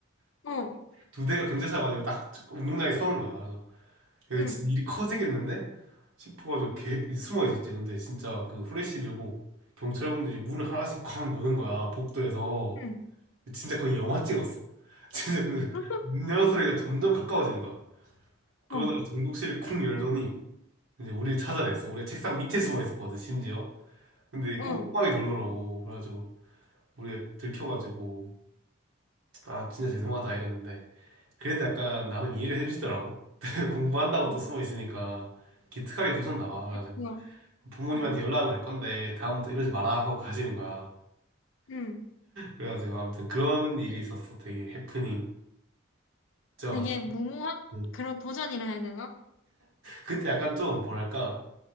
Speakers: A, on the left; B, on the right.
A: 어,
B: 두 대가 경찰차 가지고 딱 운동장에 서는 거야. 그래서 이거
A: 응,
B: 진짜 일이 커지겠는데? 싶어가지고 개, 숨어 있었지. 근데 진짜 그 후레쉬 들고 경찰분들이 문을 하나씩 쾅 여는 거야. 복도에서.
A: 응,
B: 진짜 거의 영화 찍었어. <laughs> 진짜 그
A: <laughs>
B: 문 여는 소리가 점점 가까워지는 거야. 그러다가
A: 어,
B: 정독실을 쿵 열더니 이제 우리를 찾아냈어. 우리가 책상 밑에 숨어 있었거든, 심지어. 근데
A: 어,
B: 꼼꼼하게 돌더라고. 그래가지고 우리가 들켜가지고 아 진짜 죄송하다 이랬는데 그래도 약간 나름 이해를 해주시더라고. <laughs> 공부한다고
A: 응,
B: 또 숨어 있으니까 기특하게 보셨나 봐. 그래가지고
A: 좋아.
B: 부모님한테
A: 응,
B: 연락을 할 건데 다음부터 이러지 마라 하고 가시는 거야.
A: 응.
B: 그래가지고 아무튼 그런 일이 있었어. 되게 해프닝. 저
A: 되게 무모한
B: 음.
A: 그런 도전이라 해야 되나?
B: 그때 약간 좀 뭐랄까